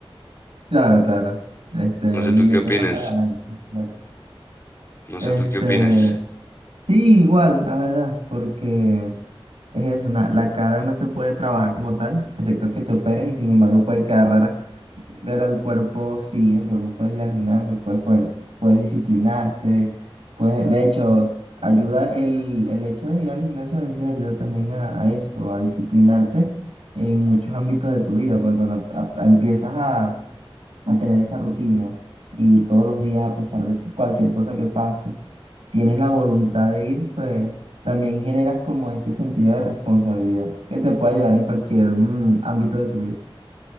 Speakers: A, on the right (about 85°); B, on the left (about 25°).
A: Claro, claro. Este
B: No sé
A: billete
B: tú qué opines.
A: mata ganancias por acá.
B: No
A: Este,
B: sé tú qué opines.
A: Sí, igual, la verdad, porque es eso, una- la cara no se puede trabajar como tal, excepto que te operes y sin embargo puede quedar rara, pero el cuerpo sí, el cuerpo puede ir al gimnasio, puedes ponerte- puedes disciplinarte, puedes, de hecho, ayuda el, el hecho de ir al gimnasio a veces ayuda también a, a eso, a disciplinarte en muchos ámbitos de tu vida, porque cuando a- a- empiezas a mantener esa rutina y todos los días, a pesar de cualquier cosa que pase, tienes la voluntad de ir, pues también generas como ese sentido de responsabilidad que te puede ayudar en cualquier mm, ámbito de tu vida.